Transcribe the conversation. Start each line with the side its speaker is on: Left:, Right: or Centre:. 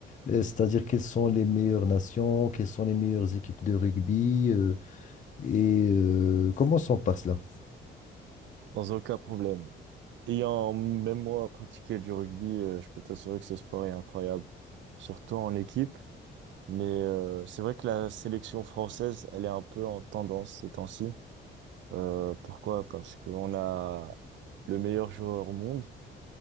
Left: euh, c'est-à-dire quelles sont les meilleures nations, quelles sont les meilleures équipes de rugby euh, et euh, commençons par cela.
Right: Sans aucun problème. Ayant même moi pratiqué du rugby, euh, je peux t'assurer que ce sport est incroyable, surtout en équipe. Mais euh, c'est vrai que la sélection française, elle est un peu en tendance ces temps-ci. Euh, pourquoi? Parce qu'on a le meilleur joueur au monde,